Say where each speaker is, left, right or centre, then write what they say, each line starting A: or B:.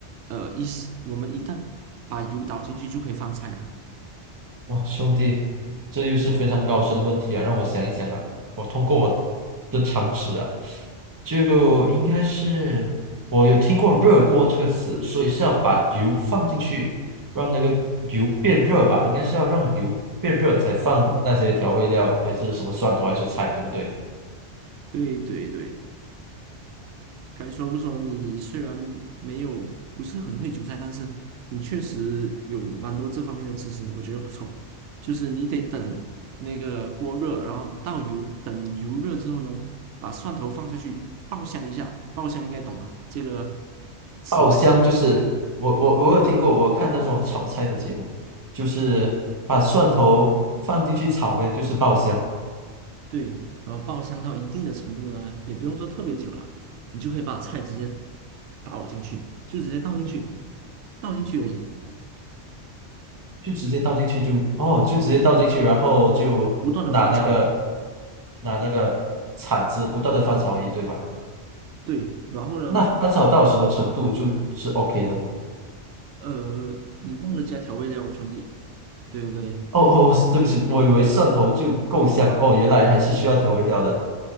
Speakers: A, on the right (about 85°); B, on the right (about 20°).
A: 呃一时我们一旦把油倒进去就可以放菜了？
B: 哇，兄弟，这又是非常高深的问题啊！让我想一想啊，我通过我的常识啊，就应该是我有听过“热锅”这个词，所以是要把油放进去，让那个油变热吧？应该是要让油变热才放那些调味料，还是什么蒜头还是菜，对不对？
A: 对对对，该说不说，你虽然没有不是很会煮菜，但是你确实有蛮多这方面的知识，我觉得不错。就是你得等那个锅热，然后倒油，等油热之后呢，把蒜头放下去爆香一下，爆香应该懂吧？这个词汇，
B: 爆香就是我我我有听过，我看那种炒菜的节目，就是把蒜头放进去炒呗，就是爆香。
A: 对，然后爆香到一定的程度呢，也不用说特别久了，你就可以把菜直接倒进去，就直接倒进去，倒进去而已，
B: 就直接倒进去就哦，就直接倒进去，然后就拿那个
A: 不断的翻炒。
B: 拿那个铲子不断的翻炒而已，对吧？
A: 对，然后呢？
B: 那翻炒到什么程度就是 OK 的吗？
A: 呃，你忘了加调味料啊，兄弟。对对对，
B: 哦哦，<laughs> 对不起，我以为蒜头就够香了，哦，原来还是需要调味料的，